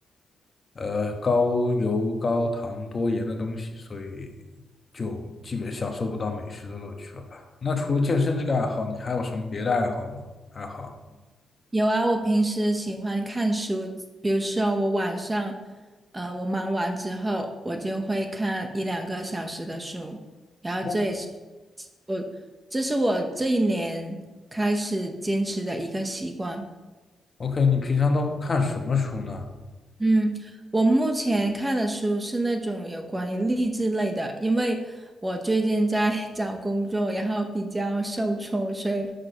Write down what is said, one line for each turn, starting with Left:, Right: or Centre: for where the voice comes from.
Left: 呃，高油、高糖、多盐的东西，所以就基本享受不到美食的乐趣了吧？那除了健身这个爱好，你还有什么别的爱好吗？爱好
Right: 有啊，我平时喜欢看书，比如说我晚上，呃，我忙完之后，我就会看一两个小时的书，然后这也是
Left: 嗯
Right: 我，这是我这一年开始坚持的一个习惯。
Left: ？OK，你平常都看什么书呢？
Right: 嗯，我目前看的书是那种有关于励志类的，因为我最近在 <laughs> 找工作，然后比较受挫，所以